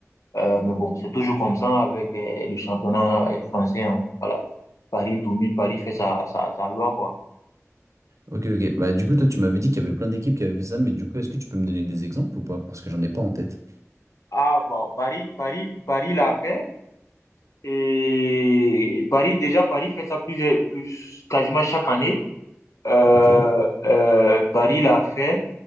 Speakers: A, on the left; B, on the right.
A: Euh, mais bon, c'est toujours comme ça avec euh, le championnat euh, français. hein. Voilà. Paris domine, Paris fait sa, sa, sa loi, quoi.
B: ok. ok. Bah, du coup, toi, tu m'avais dit qu'il y avait plein d'équipes qui avaient fait ça, mais du coup, est-ce que tu peux me donner des exemples ou pas? Parce que j'en ai pas en tête.
A: Ah, bon, Paris, Paris, Paris l'a fait. Et Paris, déjà, Paris fait ça plus, euh, plus quasiment chaque année. Euh,
B: Ok.
A: euh, Paris l'a fait.